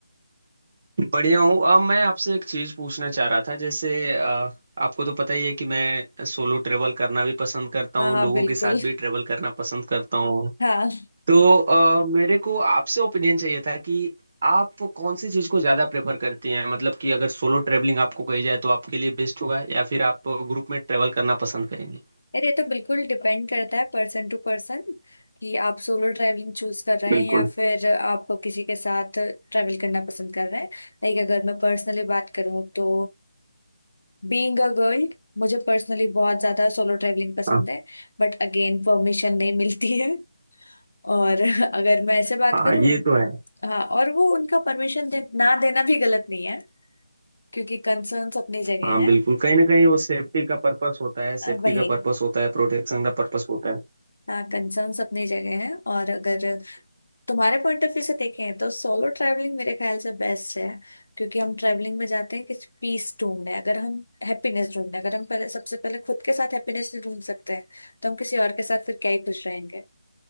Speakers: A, on the right; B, on the left.
A: बढ़िया हूँ अब मैं आपसे एक चीज़ पूछना चाह रहा था जैसे अ, आपको तो पता ही है कि मैं सोलो ट्रेवल करना भी पसंद करता
B: हाँ
A: हूँ
B: हाँ
A: लोगों
B: बिल्कुल
A: के साथ भी ट्रेवल करना पसंद करता हूँ
B: <laughs> हाँ
A: तो अ, मेरे को आपसे ओपिनियन चाहिए था कि आप कौन सी चीज़ को ज़्यादा प्रेफर करती हैं मतलब कि अगर सोलो ट्रेवलिंग आपको कही जाए तो आपके लिए बेस्ट होगा या फिर आप ग्रुप में ट्रेवल करना पसंद करेंगे
B: अरे ये तो बिल्कुल डिपेंड करता है पर्सन टू पर्सन कि आप सोलो ट्रैवलिंग चूज कर रहे
A: बिल्कुल
B: हैं या फिर आप किसी के साथ ट्रैवल करना पसंद कर रहे हैं लाइक अगर मैं पर्सनली बात करूँ तो बीइंग अ गर्ल मुझे पर्सनली बहुत ज्यादा सोलो ट्रैवलिंग पसंद
A: हाँ
B: है बट अगेन परमिशन नहीं मिलती है <laughs> और अगर मैं ऐसे बात
A: हाँ
B: करूँ
A: ये तो है
B: हाँ और वो उनका परमिशन दे, ना देना भी गलत नहीं है क्योंकि कंसर्न्स अपनी जगह
A: हाँ
B: है
A: बिल्कुल कहीं ना कहीं वो सेफ्टी का पर्पस होता है सेफ्टी
B: वही
A: का पर्पस होता है प्रोटेक्शन का पर्पस होता है
B: हाँ कंसर्न्स अपनी जगह है और अगर तुम्हारे पॉइंट ऑफ व्यू से देखें तो सोलो ट्रैवलिंग मेरे ख्याल से बेस्ट है क्योंकि हम ट्रैवलिंग में जाते हैं कि पीस ढूंढने अगर हम हैप्पीनेस ढूंढने अगर हम पहले सबसे पहले खुद के साथ हैप्पीनेस नहीं ढूंढ सकते हैं तो हम किसी और के साथ फिर क्या ही खुश रहेंगे